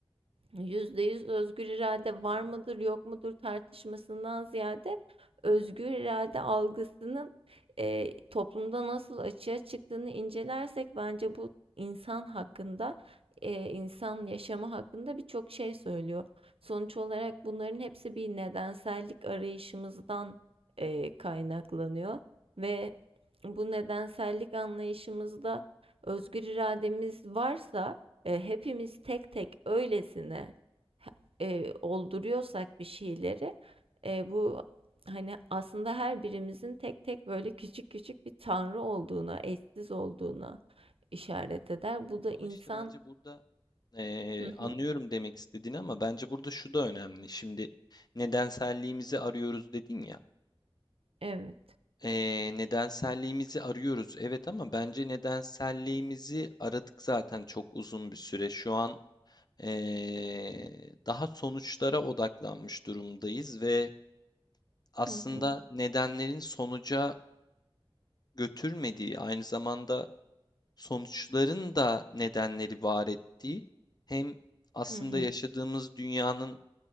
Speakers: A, on the right; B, on the left.
A: yüzde yüz özgür irade var mıdır yok mudur tartışmasından ziyade özgür irade algısının e, toplumda nasıl açığa çıktığını incelersek bence bu insan hakkında e, insan yaşamı hakkında birçok şey söylüyor. Sonuç olarak bunların hepsi bir nedensellik arayışımızdan e, kaynaklanıyor ve bu nedensellik anlayışımızda özgür irademiz varsa e, hepimiz tek tek öylesine e, olduruyorsak bir şeyleri e, bu hani aslında her birimizin tek tek böyle küçük küçük bir tanrı olduğuna, eşsiz olduğuna işaret eder. Bu da
B: Ama
A: insan
B: işte bence burada eee,
A: Hı
B: anlıyorum
A: hı.
B: demek istediğini ama bence burada şu da önemli. Şimdi nedenselliğimizi arıyoruz dedin ya.
A: Evet.
B: Eee, nedenselliğimizi arıyoruz evet ama bence nedenselliğimizi aradık zaten çok uzun bir süre. Şu an eee, daha sonuçlara odaklanmış durumdayız ve aslında
A: Hı hı.
B: nedenlerin sonuca götürmediği aynı zamanda sonuçların da nedenleri var ettiği hem aslında
A: Hı hı.
B: yaşadığımız dünyanın